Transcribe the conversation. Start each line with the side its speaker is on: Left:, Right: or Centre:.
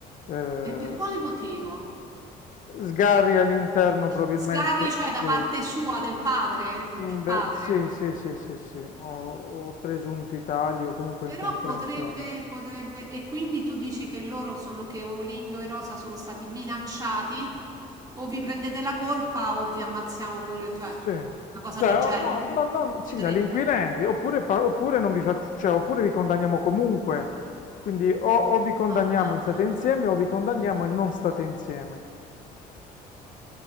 Left: eh,
Right: E per quale motivo?
Left: sgarri all'interno probabilmente...
Right: Sgravi, cioè
Left: Sì,
Right: da parte sua, del padre,
Left: mm,
Right: del padre.
Left: de- sì, sì, sì, sì, sì, O, o presunti tagli o comunque
Right: Però
Left: incomprensioni.
Right: potrebbe, potrebbe, e quindi tu dici che loro sono, che Olindo e Rosa sono stati minacciati, o vi prendete la colpa o vi ammazziamo pure, cioè,
Left: Sì.
Right: una cosa
Left: Cioè,
Right: del
Left: oh,
Right: genere.
Left: no, no, no,
Right: Potrebbe.
Left: sì, dagli inquirenti, oppure, pa- oppure non vi faccio, cioè, oppure vi condanniamo comunque. Quindi o, o vi condanniamo
Right: Ah, ah,
Left: e state
Right: ah.
Left: insieme o vi condanniamo e non state insieme.